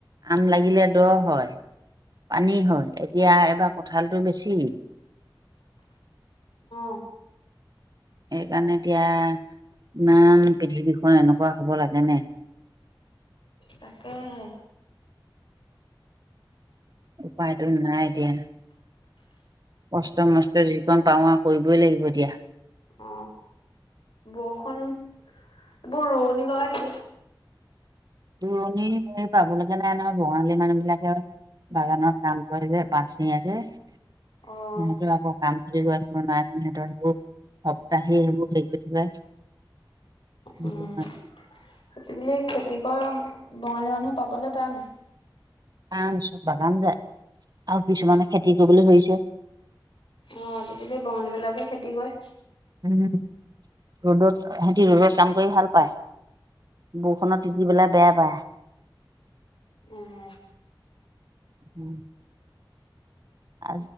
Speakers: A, on the right; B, on the left.
A: আম লাগিলে দ হয় পানী হয় এতিয়া এবাৰ কঁঠালটো বেছি
B: অ
A: সেইকাৰণে এতিয়া ইমান পৃথিৱীখন এনেকুৱা হ'ব লাগেনে
B: তাকেহে
A: উপায়তো নাই দিয়া কষ্ট মষ্ট যিকণ পাওঁ আৰু কৰিবই লাগিব দিয়া
B: অ বৰষুণ এইবৌ ৰোৱনী লগাই দিবি <unintelligible>
A: ৰুৱণি হেৰি পাব লগীয়া নাই নহয় বঙালী মানুহ বিলাকে বাগানত কাম কৰে যে <unintelligible> পাত চিঙে যে সিহঁতৰ
B: অ',
A: আকৌ কাম খতি <unintelligible> কৰিব সিহঁতৰ হেবু সপ্তাহেই সেইবোৰ <unintelligible> সেইটো
B: উম
A: কাৰণে
B: আজিলে খেত অ বঙালী মানুহ পাবলৈ টান।
A: কাৰ চব বাগান যায় আৰু কিছুমানে খেতি কৰিবলৈ ধৰিছে।
B: অ আজিকালি বঙালী বিলাকে খেতি কৰে।
A: উ ৰ'দত সিহতি ৰ'দত কাম কৰি ভাল পায়। বৰষুণত তিতি পেলাই বেয়া পায়।
B: উম
A: উম আ